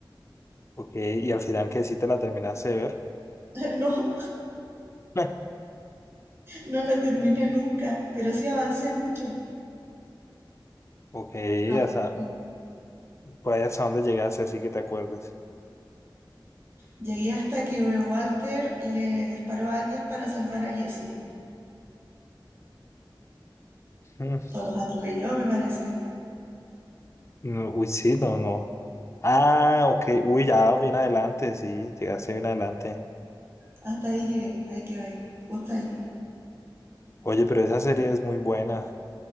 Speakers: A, on the left; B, on the right.
A: Ok, y al final que sí te la terminaste de ver.
B: <laughs> No,
A: <laughs>
B: No la terminé nunca, pero sí avancé mucho.
A: Ok,
B: Ah,
A: hasta,
B: sí.
A: por ahí hasta dónde llegaste, así que te acuerdes.
B: Llegué hasta que Walter le disparó a alguien para salvar a Jesse.
A: <laughs>
B: O los atropelló, me parece.
A: Mm, no, uy, sí, no, no. Ah, ok, uy, ya, bien adelante, sí, llegaste bien adelante.
B: Hasta ahí llegué, ahí quedé, justo ahí.
A: Oye, pero esa serie es muy buena,